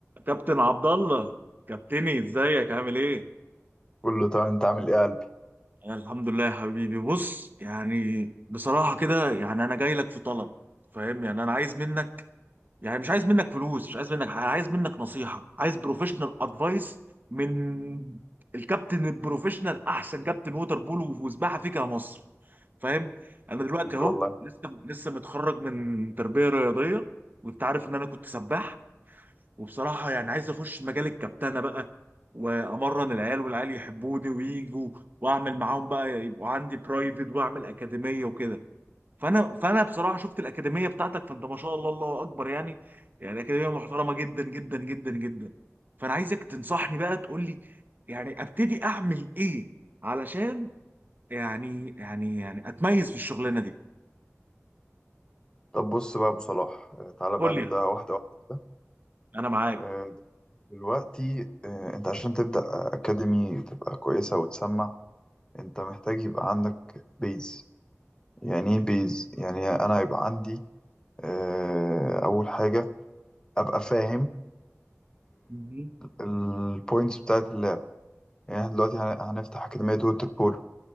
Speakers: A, on the right (about 40°); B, on the left (about 15°).
A: كابتن عبد الله كابتني ازيك عامل ايه
B: قول له طب انت عامل ايه يا قلبي
A: أنا الحمد لله يا حبيبي بص يعني بصراحه كده يعني انا جاي لك في طلب فاهم يعني انا عايز منك يعني مش عايز منك فلوس مش عايز منك حاجه عايز منك نصيحه عايز بروفيشنال ادفايس من الكابتن البروفيشنال احسن كابتن ووتر بولو وسباحه فيك يا مصر فاهم انا دلوقتي
B: قال له
A: اهو
B: والله
A: لسه لسه متخرج من تربيه رياضيه وانت عارف ان انا كنت سباح وبصراحة يعني عايز أخش مجال الكابتنة بقى وأمرن العيال والعيال يحبوني ويجوا وأعمل معاهم بقى يبقوا عندي برايفت وأعمل أكاديمية وكده فأنا فأنا بصراحة شفت الأكاديمية بتاعتك فأنت ما شاء الله الله أكبر يعني يعني أكاديمية محترمة جدا جدا جدا جدا فأنا عايزك تنصحني بقى تقول لي يعني أبتدي أعمل إيه علشان يعني يعني يعني أتميز في الشغلانة دي
B: طب بص بقى يا ابو صلاح آه، تعالى
A: قول
B: بقى
A: لي
B: نبدأها
A: يعني.
B: واحده واحده كده
A: أنا معاك
B: آه، دلوقتي آه، انت عشان تبدأ اكاديمي تبقى كويسه وتسمع انت محتاج يبقى عندك بيز يعني
A: أكيد
B: ايه بيز يعني انا يبقى عندي آه، اول حاجه ابقى فاهم
A: مهم.
B: البوينتس بتاعت اللعب يعني احنا دلوقتي هن- هنفتح اكاديميه ووتر بولو